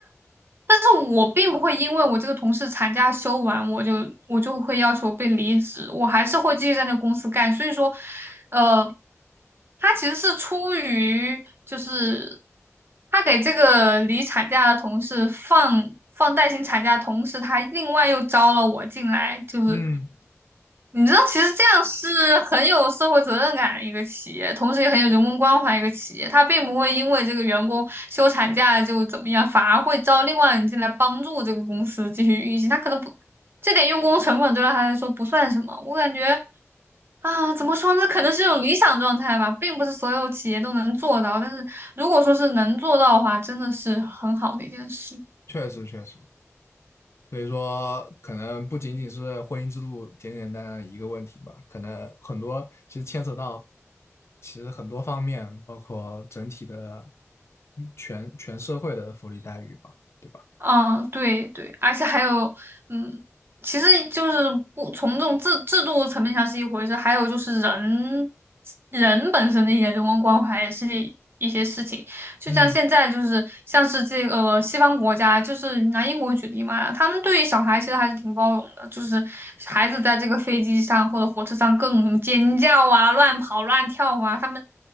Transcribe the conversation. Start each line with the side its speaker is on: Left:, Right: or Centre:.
Right: 但是我并不会因为我这个同事产假休完，我就我就会要求被离职，我还是会继续在那公司干。所以说，呃，他其实是出于就是他给这个离产假的同事放放带薪产假的同时，他另外又招了我进来，就是
Left: 嗯，
Right: 你知道，其实这样是很有社会责任感的一个企业，同时也很有人文关怀一个企业。他并不会因为这个员工休产假就怎么样，反而会招另外人进来帮助这个公司继续运行。他可能不，这点用工成本对他来说不算什么。我感觉啊，怎么说呢？可能是一种理想状态吧，并不是所有企业都能做到。但是如果说是能做到的话，真的是很好的一件事。
Left: 确实确实。所以说，可能不仅仅是婚姻制度简简单单的一个问题吧，可能很多其实牵扯到，其实很多方面，包括整体的全全社会的福利待遇吧，对吧？
Right: 嗯，对对，而且还有，嗯，其实就是不从这种制制度层面上是一回事，还有就是人人本身的一些人文关怀也是一一些事情。就像现在就是像是这个西方国家，
Left: 嗯，
Right: 就是拿英国举例嘛，他们对于小孩其实还是挺包容的，就是孩子在这个飞机上或者火车上各种什么尖叫啊、乱跑乱跳啊，他们。